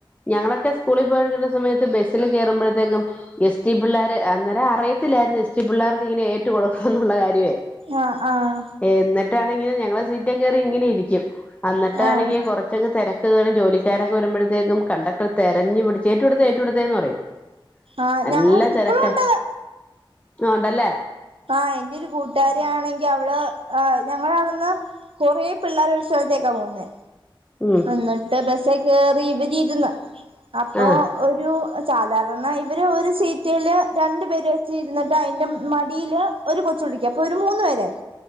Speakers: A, on the left; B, on the right.
A: ഞങ്ങളൊക്കെ സ്കൂളിൽ പോയിരിക്കുന്ന സമയത്ത് ബസ്സിൽ കയറുമ്പോഴത്തേക്കും എസ് ടി പിള്ളേർ അന്നേരം അറിയത്തിയിരുന്നു എസ് ടി പിള്ളേർക്ക് ഇങ്ങനെ ഏറ്റു കൊടുക്കും എന്നുള്ള കാര്യം
B: ആഹ്‌ ആഹ്‌
A: എന്നിട്ടാണെങ്കിനും ഞങ്ങളെ സീറ്റ കയറി ഇങ്ങനെ ഇരിക്കും എന്നിട്ടാണെങ്കിൽ
B: ആഹ്
A: കൊറ തിരക്ക് കറും ജോലിക്കാരൊക്കെ വരുമ്പോഴത്തേക്കും കണ്ടക്ടർ തിരഞ്ഞു പിടച്ച് ഏറ്റടുതെ ഏറ്റടുത്തേന്ന് പറയും
B: ആഹ്
A: നല്ല
B: ഞങ്ങ ഇപ്പഴും
A: തിരക്ക
B: ഉണ്ടത്
A: ആണ്ടല്ലേ
B: ആഹ എന്റെ ഒരു കൂട്ടുകാരി ണെങ്കിൽ അവള്് ഞങ്ങള അവിടുന്ന് കുറ പിള്ളേർ ഉത്സവത്തേക്കാ പോകുന്ന
A: ഉം
B: എന്നിട്ട് ബസ്സ കേറി ഇവരി ഇരുന്ന് അപ്പൊ
A: ആഹ്
B: ഒരു സാധാരണ ഇവര് ഒരു സീറ്റില് രണ്ട പേര് വെച്ചിരുന്നിട്ട് അതിന്റെ മടിയില് ഒരു കൊച്ചുളിക്കഅപ്പൊ ഒരു മൂന്ന് പേരായി